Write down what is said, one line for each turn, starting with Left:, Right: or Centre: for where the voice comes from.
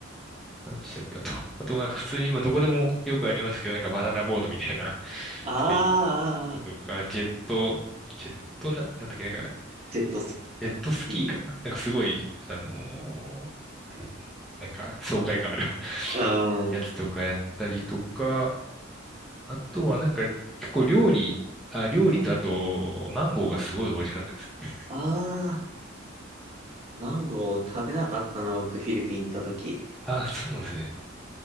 Centre: 何したっけあと、<laughs> あとなんか普通に今どこでもよくありますけど、なんかバナナボードみたいな、<laughs>
Right: あー、
Centre: そういうのとか、ジェット、ジェットな、なんだっけ、なんか、
Right: ジェットスキー、
Centre: ジェットスキーかななんかすごい、
Right: んスキー。うん。
Centre: あのーなんか爽快感ある <laughs>
Right: うん。
Centre: やつとかやったりとか、あとはなんか結構料理、あ、料理とあと、
Right: あ
Centre: マンゴーがすごい美味しかったですね。
Right: あー、マンゴー食べなかったな、僕、フィリピン行った時。
Centre: あー、そうなんですね。